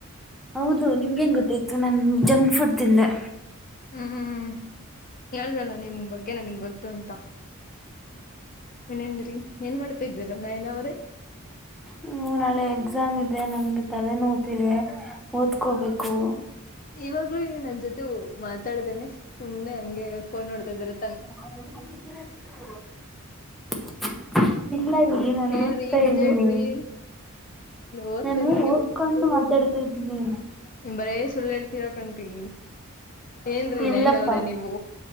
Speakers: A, in the centre; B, on the left.
A: ಹೌದು ನಿಂಗ್ ಹೆಂಗ ಗೊತ್ತಾಯ್ತು ನನ್ ಜಂಕ್ ಫುಡ್ ತಿಂದೆ.
B: ಹ್ಮ್ ಹೇಳದೆ ಅಲ್ಲ ನಿಮ್ ಬಗ್ಗೆ ನನಗ್ ಗೊತ್ತು ಅಂತ. ಇನ್ನೆನ್ರೀ ಏನ್ ಮಾಡ್ತಾ ಇದ್ದೀರಾ ನಯನ ಅವರೇ.
A: ಹ್ಮ್ ನಾಳೆ ಎಕ್ಸಾಮ್ ಇದೆ ನನಗೆ ತಲೆ ನೋಯತಿದೆ ಓದ್ಕೋಬೇಕು.
B: ಇವಾಗ್ಲೂ ನೀವು ನನ್ ಜೊತೆ ಮಾತಾಡ್ದೇನೆ ಸುಮ್ನೆ ಹಂಗೆ. ಫೋನ್ ನೋಡ್ತಾ ಇದಿರಾ
A: <unintelligible> ಇಲ್ಲ ರಿ ನಾನು
B: ಹೇಳ್ರಿ
A: ಓದ್ತಾ
B: ನಿಜ
A: ಇದ್ದೀನಿ
B: ಹೇಳ್ರಿ ಓದ್ತಾ
A: ನಾನು
B: ಇಲ್ಲ
A: ಓದ್ಕೋ ಕೊಂಡು ಮಾತಾಡ್ತಾ ಇದ್ದೀನಿ.
B: ನೀವು ಬರೇ ಸುಳ್ಳ ಹೇಳ್ತೀರಾ ಕಣ್ರಿ ಏನ್ರಿ
A: ಇಲ್ಲಪ್ಪಾ
B: ನಯನ ಅವ್ರೆ ನೀವು.